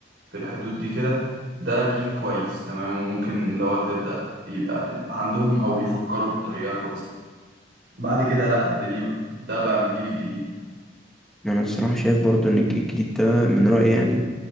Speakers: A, on the right (about 70°); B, in the centre.
A: في الحدود دي كده ده جيل كويس تمام وممكن لو تبدأ يبقى عندهم أو بيفكروا بطريقة كويسة بعد كده لأ الدنيا ده بقى من الجيل الجديد
B: انا الصراحة شايف برضو ان الجيل الجديد ده من رأيي يعني